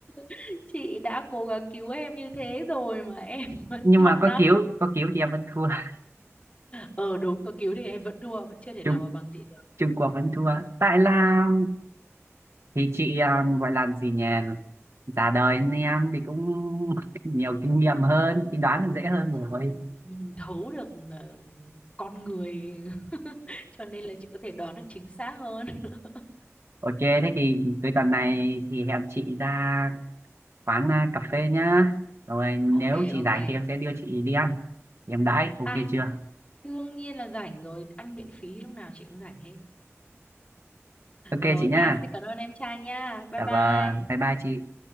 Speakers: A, on the left; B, on the right.
A: <laughs> Chị đã cố gắng cứu em như thế rồi mà em <laughs> vẫn
B: nhưng
A: chọn
B: mà có
A: năm
B: cứu có cứu thì em vẫn thua <laughs>
A: Ờ đúng, có cứu thì em vẫn thua, vẫn chưa thể
B: Trung
A: nào mà bằng chị được.
B: Trung Quốc vẫn thua tại là thì chị à, gọi là gì nhỉ già đời nên em thì cũng <laughs> nhiều kinh nghiệm hơn thì đoán là dễ
A: Ừ,
B: hơn
A: Chị
B: rồi
A: nhìn thấu được ờ, con người <laughs> cho nên là chị có thể đoán được chính xác hơn. <laughs>
B: ok thế thì cuối tuần này thì hẹn chị ra quán à, cà phê nhá rồi nếu
A: Ok
B: chị
A: ok.
B: rảnh thì em sẽ đưa chị đi ăn thì em đãi ok
A: À,
B: chưa
A: đương nhiên là rảnh rồi, ăn miễn phí lúc nào chị cũng rảnh hết.
B: ok
A: Rồi
B: chị
A: nha,
B: nhá
A: xin cảm ơn em trai nha. Bye
B: dạ
A: bye.
B: vâng bye bye chị